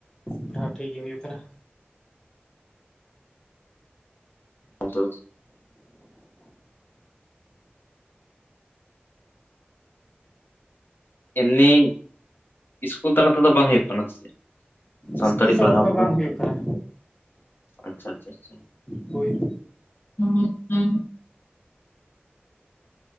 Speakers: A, on the left; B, on the left.
A: ᱯᱟᱲᱦᱟᱣ ᱴᱷᱤᱠ ᱜᱮ ᱦᱩᱭᱩᱜ ᱠᱟᱱᱟ᱾
B: ᱟᱫᱚ ᱮᱢᱱᱤ ᱤᱥᱠᱩᱞ ᱛᱟᱞᱟ ᱛᱮᱫᱚ ᱵᱟᱝ ᱦᱩᱭᱩᱜ ᱠᱟᱱᱟ ᱥᱮ ᱥᱟᱱᱛᱟᱲᱤ
A: ᱤᱥᱠᱩᱞ ᱛᱟᱞᱟ
B: ᱯᱟᱲᱦᱟᱣ
A: ᱛᱮᱫᱚ
B: ᱠᱚᱫᱚ
A: ᱵᱟᱝ ᱦᱩᱭᱩᱜ ᱠᱟᱱᱟ
B: ᱟᱪᱪᱷᱟ ᱟᱪᱪᱷᱟ ᱟᱪᱪᱷᱟ᱾
A: ᱵᱳᱭ
B: ᱦᱩᱸ ᱦᱩᱸ